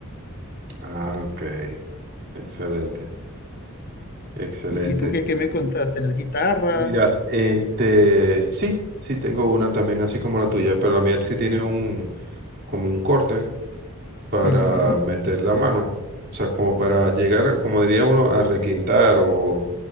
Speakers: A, on the right; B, on the left.
A: Ah, ok. Excelente, excelente.
B: ¿Y tú qué, qué me contaste? ¿Tienes guitarra?
A: Mira, este, sí, sí, tengo una también así como la tuya, pero la mía sí tiene un, como un corte. para
B: Ujú.
A: meter la mano. O sea, como para llegar, como diría uno, a requintar o,